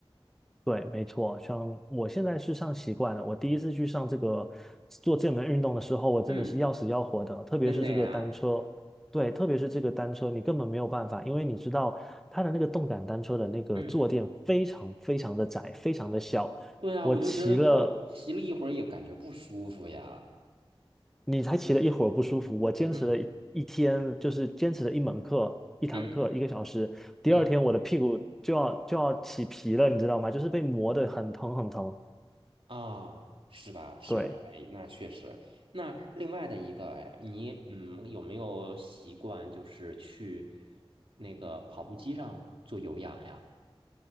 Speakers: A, in the centre; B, on the right.
A: 对，没错，像我现在是上习惯了。我第一次去上这个做这门运动的时候，我真的是要死要活的。
B: 嗯，
A: 特别是这个单车，
B: 真的呀，
A: 对，特别是这个单车，你根本没有办法，因为你知道它的那个动感单车的那个坐垫非常非常的窄，
B: 嗯，
A: 非常的小。
B: 对啊，
A: 我骑了，
B: 我就觉得坐骑了一会儿也感觉不舒服呀。
A: 你才骑了一会儿不舒服，我坚持了一一天，
B: 嗯
A: 就是坚持了一门课，一堂课，
B: 嗯
A: 一个小时。第二天我的屁股就要就要起皮了，
B: 嗯。
A: 你知道吗？就是被磨得很疼很疼。
B: 啊，是吧？是吧？
A: 对。
B: 哎，那确实。那另外的一个，哎，你嗯，有没有习惯就是去那个跑步机上做有氧呀？